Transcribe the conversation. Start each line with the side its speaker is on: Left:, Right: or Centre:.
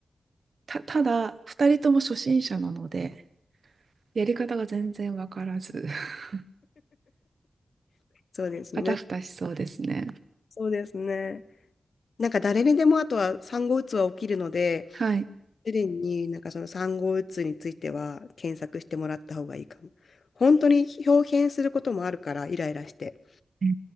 Right: た、ただ、二人とも初心者なので、やり方が全然わからず、<laughs>
Left: そうですね。
Right: あたふたしそうですね。
Left: そうですね。なんか誰にでもあとは産後うつは起きるので、
Right: はい。
Left: 主人になんかその産後うつについては検索してもらった方がいいかも。本当に表現することもあるから、イライラして。
Right: えー